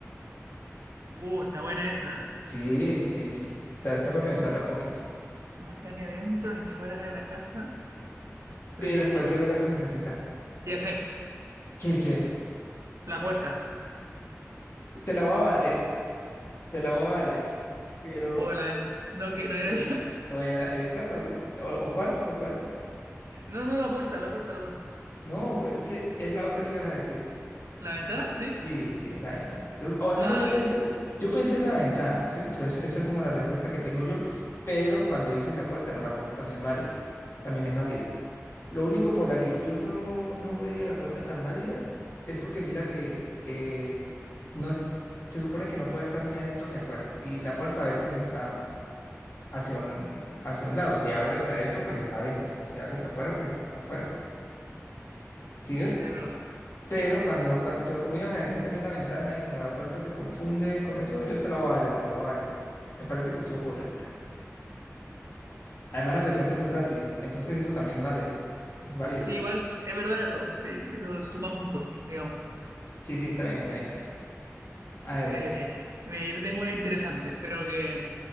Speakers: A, on the right; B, on the left.
A: Uh, está buena esa. ¿eh?
B: Sí, sí, sí. Está, está
A: No está
B: para pensarla
A: ni,
B: un poquito.
A: no está ni adentro ni afuera de la casa, pero
B: pero
A: en cualquier
B: en cualquier
A: lugar.
B: lugar se necesita.
A: Ya sé,
B: ¿Qué, qué?
A: la puerta.
B: Te la voy a valer, te la voy a valer. Pero,
A: O la ventana. No, que no era
B: eh,
A: esa. <laughs>
B: o era, exacto, y- o, o cuál, o cuál.
A: No, no, la puerta, la puerta, la puerta.
B: No, pues es que es la otra que ibas a decir.
A: ¿La ventana? ¿Sí?
B: Sí, sí, es la ventana. Yo- O al
A: Ah,
B: menos yo pensé,
A: ya.
B: yo pensé en la ventana, ¿cierto? Es- esa es como la respuesta que tengo yo, pero cuando dices la puerta, no, la puerta también es válida, también es válida. Lo único por la que yo no lo no vería la puerta tan válida es porque mira que eh, no es, se supone que no puede estar ni adentro ni afuera. Y la puerta a veces está hacia un, hacia un lado. Si abre hacia adentro, pues está adentro. O si abres afuera, pues está afuera. ¿Sí ves?
A: Es verdad.
B: Pero
A: Sí,
B: cuando, cuan- pero como ibas a decir también la ventana y como la puerta se confunde con eso, yo te la voy a valer, te la voy a valer. Me parece que estuvo correcta. Además
A: me
B: la
A: parece.
B: pensaste muy rápido. Entonces eso también vale. Es válido.
A: Sí, igual es verdad eso, sí, eso suma puntos, digamos.
B: Sí, sí, está bien, está bien, está bien. A ver.
A: Eh, mira, yo te tengo una interesante, espero que,